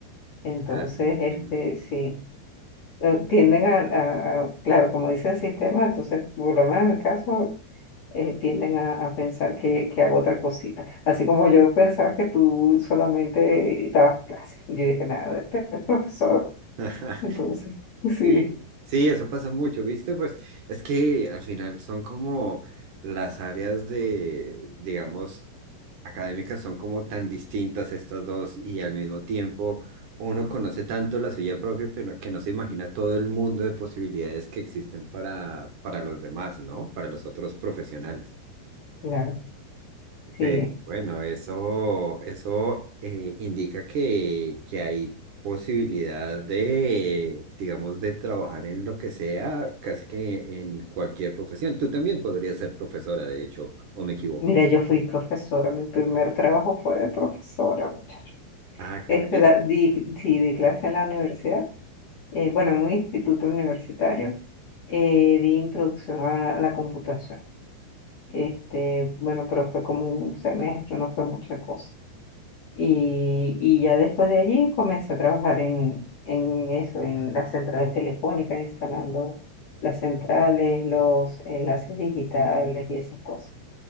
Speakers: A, on the left; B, on the right.
A: Entonces,
B: ah, no entiendo.
A: este, sí, eh, tienden a, a- a- claro, como dicen sistemas, entonces, por lo menos en el caso eh, tienden a, a pensar que, que hago otra cosita. Así como yo pensaba que tú solamente dabas clases. Yo dije, nada, este es profesor.
B: <laughs>
A: Entonces, <laughs>
B: Sí,
A: sí,
B: sí, eso pasa mucho, ¿viste? Pues es que al final son como las áreas de, digamos, académicas son como tan distintas estas dos y al mismo tiempo uno conoce tanto la suya propia pero que no se imagina todo el mundo de posibilidades que existen para, para los demás, ¿no? Para los otros profesionales.
A: claro,
B: Pero
A: sí.
B: bueno, eso, eso eh, indica que, que hay posibilidad de, digamos, de trabajar en lo que sea, casi que en cualquier profesión. Tú también podrías ser profesora, de hecho, o me equivoco.
A: Mira, yo fui profesora, mi primer trabajo fue de profesora, muchacho.
B: Ah, caray,
A: Este, da- di, sí, di clase en la universidad, eh, bueno, en un instituto universitario, eh, di introducción a la computación. Este, bueno, pero fue como un semestre, no fue mucha cosa. Y, y ya después de allí comencé a trabajar en, en eso, en las centrales telefónicas, instalando las centrales, los enlaces digitales y esas cosas.